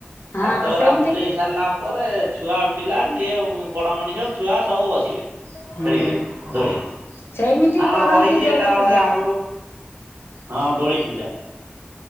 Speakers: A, on the left; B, on the right.
A: ହଁ
B: ସାତଘେରା
A: ସେମିତି
B: ବୁଲେଇ ସାରିଲା ପରେ ଛୁଆ ପିଲା ଯିଏ ବଡ ମଣିଷ ଛୁଆ ସବୁ ବସିବେ
A: ହୁଁ
B: ଖେଳିବେ ଦୋଳି।
A: ସେଇମିତି
B: ହଁ
A: କରନ୍ତି
B: ରହିଛି
A: ଦୋଳି
B: ଏଟା
A: ପୂଜା
B: ଗୋଟେ ଆଗରୁ ହଁ ଦୋଳି ପୂଜା।